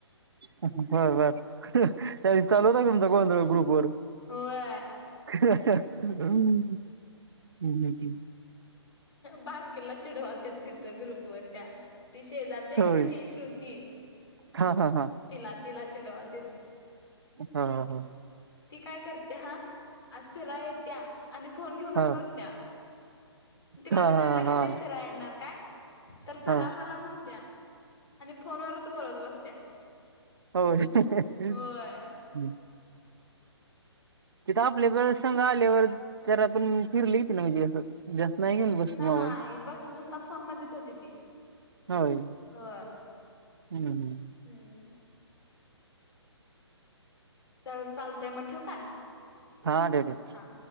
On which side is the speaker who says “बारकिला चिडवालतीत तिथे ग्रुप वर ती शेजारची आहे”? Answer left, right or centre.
Left